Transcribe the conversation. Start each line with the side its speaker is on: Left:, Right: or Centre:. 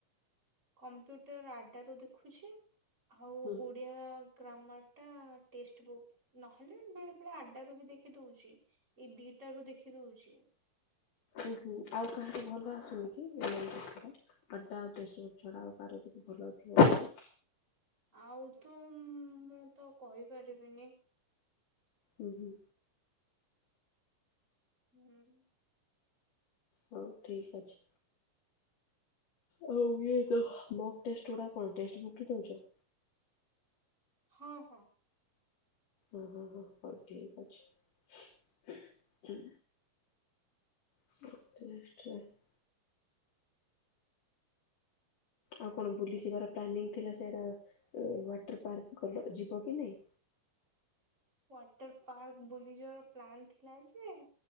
Right: କମ୍ପ୍ୟୁଟର ଆଦ୍ଧା ର ଦେଖୁଛି ଆଉ
Left: ହୁଁ
Right: ଓଡିଆ ଗ୍ରାମର ଟା ଟେଷ୍ଟ ବୁକ୍ ନହେଲେ ବେଳେ ବେଳେ ଆଡଡା ର ବି ଦେଖି ଦଉଛି। ଏଇ ଦିଟା ରୁ ଦେଖି ଦଉଛି।
Left: ଉ ହୁଁ ଆଉ କାହାଠ ଭଲ ଆସୁନି କି? <unintelligible> ଆଡ୍ଡା ଆ ଟେଷ୍ଟ ଵୁକ୍ ଛଡା ଆଉ କହାର ଯଦି ଭଲଥିବ ବୋଲି।
Right: ଆଉ ତୁ ମୁଁ ତ କହିପାରିବିନି।
Left: ହୁଁ ହୁଁ
Right: ହୁଁ
Left: ହଉ ଠିକ ଅଛି। ହୋଉ ଇଏ ତ ମକ୍ ଟେଷ୍ଟ ଗୁଡା କଣ ଟେଷ୍ଟ ବୁକ୍ ରେ ଦୋଉଚ?
Right: ହଁ ହଁ
Left: ଓ ହୋ ହୋ ହଉ ଠିକ ଅଛି। <unintelligible> ଆଉ କଣ ବୁଲିଯିବାର ପ୍ଲାନିଂ ଥିଲା ସେଟା ୱାଟର ପାର୍କ ଗଲ ଯିବ କି ନାଇଁ?
Right: ୱାଟର ପାର୍କ ବୁଲି ଯିବାର ପ୍ଲାନ୍ ଥିଲା ଯେ